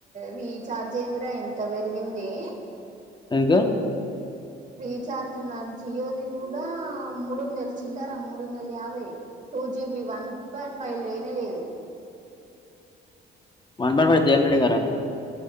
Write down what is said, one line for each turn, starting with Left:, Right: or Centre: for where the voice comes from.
Right: రీచ్ రాజేంద్ర ఇంత పెరిగింది
Left: ఎంతే
Right: రీచార్జ్ ఉన్నారు జియోది కూడా మూడుంద నెల చిల్లరాా మూడు వ నెలు యాభై two GB one point five లేనే లేదు
Left: మనబ పడితే ఎంట రెడ గార